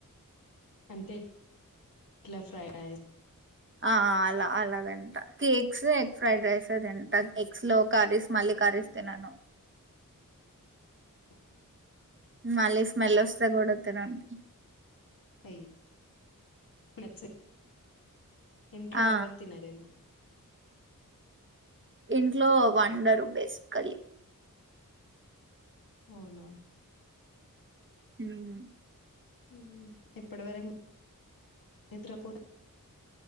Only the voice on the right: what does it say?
ఆ అలా అలా తింట కేక్స్ ఎగ్ ఫ్రైడ్ రైస్ తింట ఎగ్స్ లో కర్రీస్ మళ్ళీ కర్రీస్ తినను
మళ్ళీ స్మెల్ వస్తే కూడా తినను
ఆ
ఇంట్లో వండరు బేసికలీ
హ్మ్